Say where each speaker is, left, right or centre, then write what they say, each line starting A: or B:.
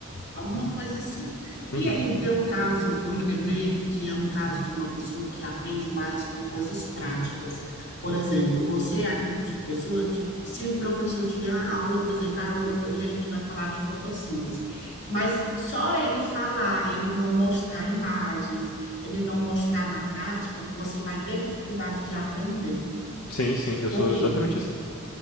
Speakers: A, on the left (about 55°); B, on the left (about 75°).
A: alguma coisa assim.
B: uhum.
A: E aí, o teu caso, eu me lembrei que é um caso de uma pessoa que aprende mais com coisas práticas. Por exemplo, você é aquele tipo de pessoa que, se o professor tiver uma aula, por exemplo, ah, ho- hoje a gente vai falar de fotossíntese. Mas só ele falar, ele não mostrar imagens, ele não mostrar na prática, você vai ter dificuldade de aprender.
B: Sim, sim, eu
A: Por
B: sou
A: quê?
B: exatamente assim.